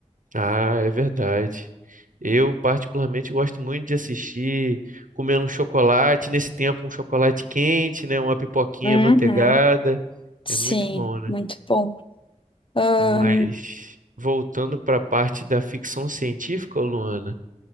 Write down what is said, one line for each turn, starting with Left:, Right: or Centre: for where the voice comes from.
Right: Ah, é verdade. Eu particularmente gosto muito de assistir comendo um chocolate, nesse tempo um chocolate quente, né, uma pipoquinha
Left: Uhum.
Right: manteigada,
Left: Sim,
Right: é muito bom, né?
Left: muito bom. Ahn,
Right: Mas voltando para a parte da ficção científica, Luana,